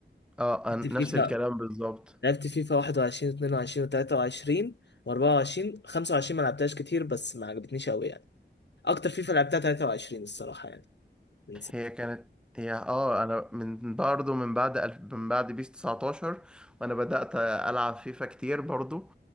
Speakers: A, in the centre; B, on the left.
A: اه أن-
B: لعبت
A: نفس
B: فيفا
A: الكلام بالظبط
B: لعبت فيفا 21 22 23 و24 25 ما لعبتهاش كتير بس ما عجبتنيش قوي يعني اكتر فيفا لعبتها 23 الصراحة يعني من
A: هي
B: سنة
A: كانت هي اه انا من برضه من بعد الف من بعد بيس 19 وانا بدأت العب فيفا كتير برضه